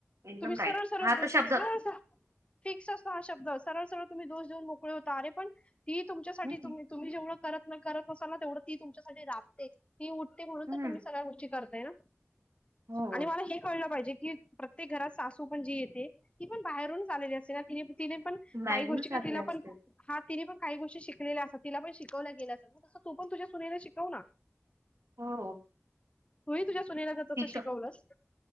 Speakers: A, on the right; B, on the left.
A: एकदम
B: तुम्ही सरळ
A: राईट
B: सरळ
A: हा
B: दोष,
A: तर शब्द
B: सरळ स फिक्स असो हा शब्द सरळ सरळ तुम्ही दोष देऊन मोकळे होता अरे पण ती तुमच्या साठी
A: हम्म
B: करत करत असाल ना तेवढ ती तुमच्यासाठी राबते ती उठते म्हणून
A: हम्म
B: तर तुम्ही सगळ्या उची करताय ना.
A: हो
B: आणि मला हे कळल पाहिजे की प्रत्येक घरात सासू पण जी येते पण बाहेरूनच आलेली अस ना त तिने पण
A: मॅगून
B: काही गोष्टी
A: चालली
B: का तिला
A: असते
B: पण हा तिने पण काही गोष्टी शिकलेल्या अस तिला पण शिकवल्या गेल्या असता तस तू पण तुझ्या सुनेला शिकव ना.
A: हो
B: तुही तुझ्या सुनेला तर तस
A: तिचं
B: शिकवलस